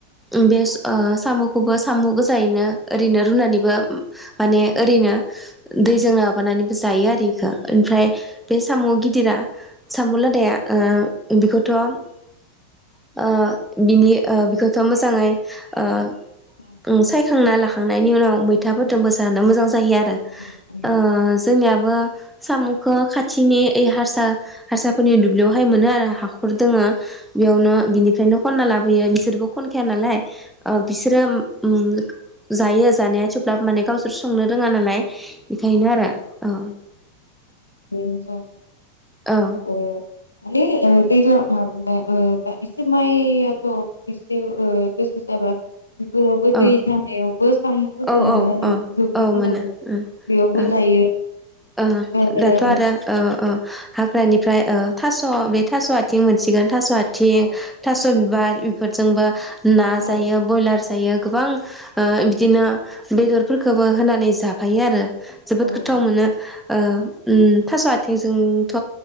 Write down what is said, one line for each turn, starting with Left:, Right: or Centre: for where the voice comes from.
Centre: उम बेस ओ साम'खौबो साम' गोजायैनो ओरैनो रुनानैबो उम माने ओरैनो
Left: माने
Centre: दैजों माबानानै जायो आरो ओमफ्राय बे सामु गिद दिरा साम' लादाया ओ बेखौथ' ओ बिनि ओ बेखौथ' मोजाङै ओ
Left: ओ
Centre: उम साय यखांना लाखांनायनि उनाव मैथाफोरजोंबो जानो मोजां जायो आरो।
Left: बेखौ
Centre: ओ जोंनियाबो साम'खौ खाथिनि ओइ हारसा हारसाफोरनि दुब्लियावहाय मोनो आरो हाखर दोङो बेयावनो बिनिफ्रायनो खनना लाबोयो बिसोरबो खनखाया नालाय। ओ बिसोरो उम जायो जानाया थेब्लाबो माने गावसोर संनो रोङा नालाय। बेखायनो आरो औ।
Left: बेनोथन
Centre: औ
Left: ओ माने ओ <unintelligible> ओ एसे माइआथ' एसे गोसो जाबा बेफोरावबो
Centre: औ
Left: दै सानायावबो सामुफोरखौ
Centre: औ
Left: मोनो
Centre: औ
Left: आरो
Centre: औ
Left: दुब्लिफोरावबो
Centre: औ मोनो ओ
Left: बेयावबो
Centre: ओ
Left: लायो ओमफ्राय
Centre: ओ दाथ' आरो ओ ओ हाग्रानिफ्राय ओ थास' बे थास' आथिं मोनसिगोन। थास' आथिं
Left: औ
Centre: थास' बिबार बेफोरजोंबो ना
Left: औ
Centre: जायो ब्रयलार जायो। जायो गोबां ओ बिदिनो बेदरफोरखौबो होनानै जाफायो आरो। जोबोद
Left: औ औ
Centre: गोथाव मोनो। ओ उम थास' आथिंजोंथ'